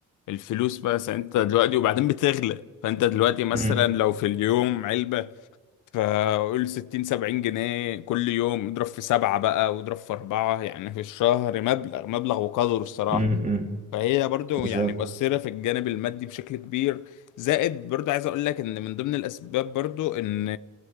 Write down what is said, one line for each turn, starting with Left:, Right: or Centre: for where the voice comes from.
Left: الفلوس بس انت دلوقتي وبعدين بتغلى فانت دلوقتي مثلا
Right: م-
Left: لو في اليوم علبة فقول ستين سبعين جنيه كل يوم اضرب في سبعة بقى واضرب في أربعة يعني في الشهر مبلغ مبلغ وقدره الصراحة
Right: م- م-
Left: فهي برضو
Right: بالظبط
Left: يعني مؤثرة في الجانب المادي بشكل كبير زائد برضو عايز اقول لك ان من ضمن الاسباب برضو ان